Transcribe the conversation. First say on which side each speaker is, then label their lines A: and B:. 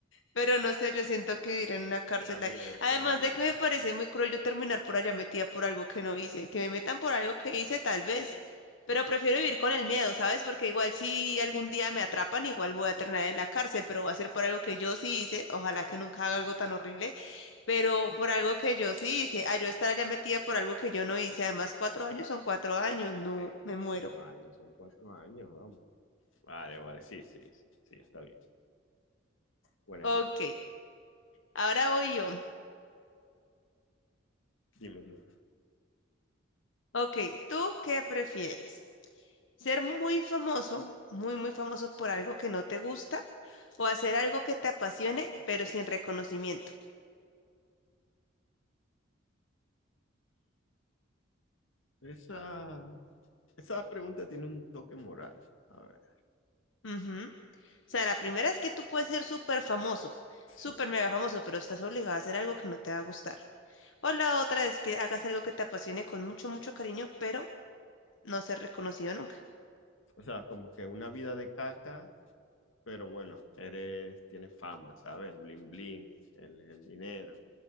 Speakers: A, on the left; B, on the left.
A: Pero no sé, yo siento que vivir en una cárcel
B: te da miedo,
A: ahí. Además
B: te da miedo.
A: de que me parece muy cruel yo terminar por allá metida por algo que no hice. Que me metan por algo que hice, tal vez. Pero prefiero vivir con el miedo, ¿sabes? Porque igual si algún día me atrapan, igual voy a terminar en la cárcel, pero va a ser por algo que yo sí hice. Ojalá que nunca haga algo tan horrible, pero por algo que yo sí hice. A yo estar allá metida por algo que yo no hice. Además, cuatro años son cuatro años. No,
B: Sí,
A: me muero.
B: cuatro años, son cuatro años, vamos. Vale, vale, sí, sí, sí, sí, está bien. Buena,
A: Ok,
B: re-
A: ahora voy yo.
B: dime, dime.
A: Ok, ¿tú qué prefieres? Ser muy famoso, muy, muy famoso por algo que no te gusta o hacer algo que te apasione, pero sin reconocimiento.
B: Esa, esa pregunta tiene un toque moral. A ver,
A: Ujú. O sea, la primera es que tú puedes ser súper famoso,
B: sí.
A: súper mega famoso, pero estás obligado a hacer algo que no te va a gustar. O la otra es que hagas algo que te apasione con mucho, mucho cariño, pero no ser reconocido nunca.
B: O sea, como que una vida de caca pero bueno, eres, tienes fama, ¿sabes? El bling bling, el, el dinero.